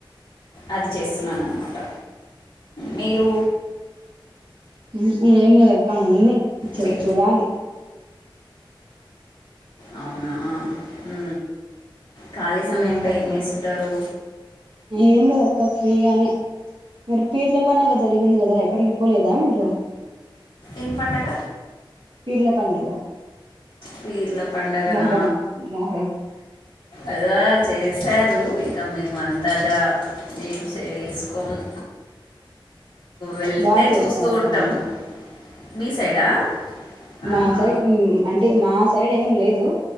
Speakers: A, on the left; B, on the right.
A: అది చేస్తున్నాను అనమాట మీరు
B: ఉహు ఏం లేదక్క ఉంది చె
A: మీ
B: చూడాలి
A: అవునా ఉ ఖాళీ సమయంలో
B: ఏంటక్క
A: ఏం చేస్తుంటారు
B: ఏం లేదక్క ఫ్రీగానే మరి పేర్ల పండగ జరిగింది కదా ఎక్కడికి పోలేదా మీరు.
A: ఏం పండగ
B: పిర్ల పండగ
A: పిర్ల పండగనా
B: మొహరం మొహరం
A: అదా చేశారు రు ఇంక మేము అంతగా ఏం చేసుకోము వెళ్తే
B: బాగా చేస్తారు
A: చూస్తూ ఉంటాము
B: పండగ అది
A: మీ సైడా
B: మా
A: ఆహా
B: సైడ్ ము ము అంటే మా సైడ్ ఏం లేదు